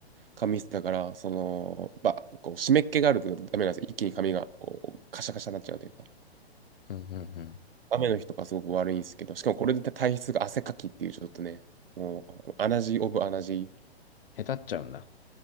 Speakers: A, on the right; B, on the left.
A: 髪質だから、その、ば、こう湿っ気があるとダメなんですよ。一気に髪がこうカシャカシャになっちゃうというか、
B: うん、うん、うん。
A: 雨の日とかすごく悪いんですけど、しかもこれで体質が汗かきっていうちょっとね、もう、アナジーオブアナジー、
B: へたっちゃうんだ。